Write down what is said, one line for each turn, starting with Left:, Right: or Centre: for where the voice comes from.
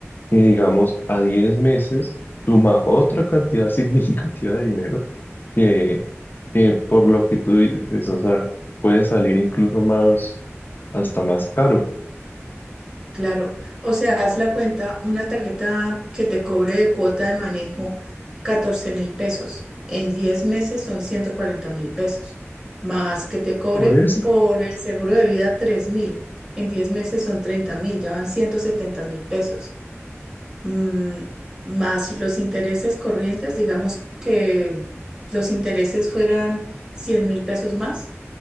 Left: que, digamos, a 10 meses suma otra cantidad <laughs> significativa de dinero que, que por lo que tú dices, o sea, puede salir incluso más, hasta más caro.
Right: Claro, o sea, haz la cuenta, una tarjeta que te cobre de cuota de manejo catorce mil pesos, en 10 meses son ciento cuarenta mil pesos, más que te cobre
Left: Por eso.
Right: por el seguro de vida tres mil, en 10 meses son treinta mil, ya van ciento setenta mil pesos, Mm, más los intereses corrientes, digamos que los intereses fueran cien mil pesos más,